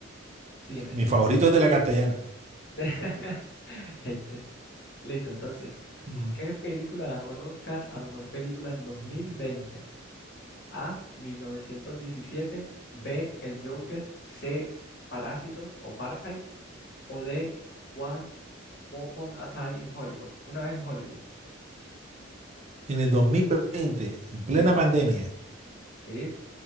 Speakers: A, on the left; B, on the right.
A: cine,
B: Mi
A: cine.
B: favorito es de la castellana.
A: <laughs> Eche. Listo, entonces,
B: Ujú.
A: ¿qué película ganó el Oscar a mejor película en 2020? A, 1917, B, El Joker, C, Parásitos o Parasite o D, Once Upon a Time in Hollywood. Una vez en Hollywood.
B: En el dos mil veinte, en plena
A: Sí,
B: pandemia.
A: sí,